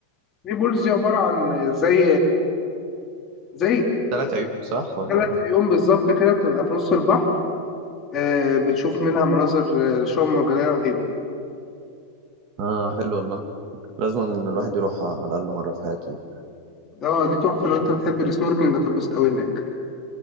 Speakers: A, on the left; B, on the right.
A: ثري بولز دي عبارة عن زي زي
B: ثلاث عيون صح ولا
A: ثلاث عيون بالظبط كده بتبقى في نص البحر آه، بتشوف منها مناظر آه، شعاب مرجانية رهيبة
B: اه حلو والله لازم ان الواحد يروح على الاقل مره في حياته دي
A: اه دي تحفة لو انت بتحب السنوركلينج هتتبسط قوي هناك